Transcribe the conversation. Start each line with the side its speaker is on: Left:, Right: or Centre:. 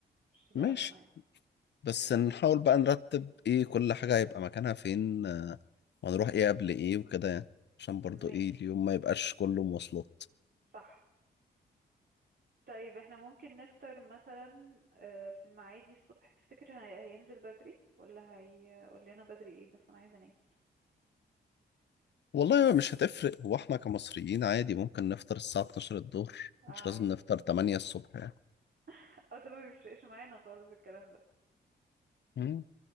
Right: مش تبقى
Left: ماشي
Right: أزمة يعني
Left: بس نحاول بقى نرتب ايه كل حاجة هيبقى مكانها فين آه، وهنروح
Right: امم
Left: ايه قبل ايه وكده يعني عشان
Right: ماشي
Left: برضو ايه اليوم ما يبقاش كله مواصلات
Right: صح طيب احنا ممكن نفطر مثلا آه، في المعادي الصبح تفتكر هي- هينزل بدري ولا هيقول لنا بدري ايه بس انا عايزة انام
Left: والله هو مش هتفرق هو احنا كمصريين عادي ممكن نفطر الساعة 12 الظهر
Right: اه
Left: مش
Right: عادي
Left: لازم نفطر 8 الصبح يعني
Right: <laughs> اه ده ما بيفرقش معانا خالص الكلام ده
Left: مم.